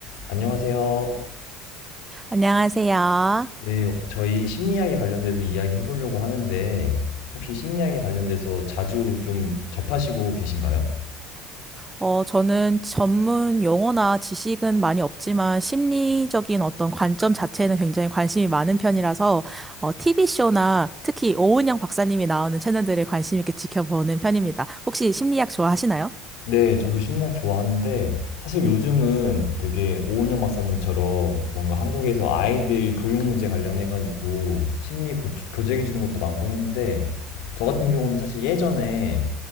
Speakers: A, on the left (about 70°); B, on the right (about 15°).
A: 안녕하세요.
B: 안녕하세요.
A: 네, 저희 심리학에 관련돼서 이야기 해보려고 하는데, 혹시 심리학에 관련돼서 자주 좀 접하시고 계신가요?
B: 어, 저는 전문 용어나 지식은 많이 없지만 심리적인 어떤 관점 자체는 굉장히 관심이 많은 편이라서 어, TV쇼나 특히 오은영 박사님이 나오는 채널들을 관심 있게 지켜보는 편입니다. 혹시 심리학 좋아하시나요?
A: 네, 저도 심리학 좋아하는데, 사실 요즘은 되게 오은영 박사님처럼 뭔가 한국에서 아이들 교육 문제 관련해가지고 심리 고- 교정해주는 것도 많고 했는데, 저 같은 경우는 사실 예전에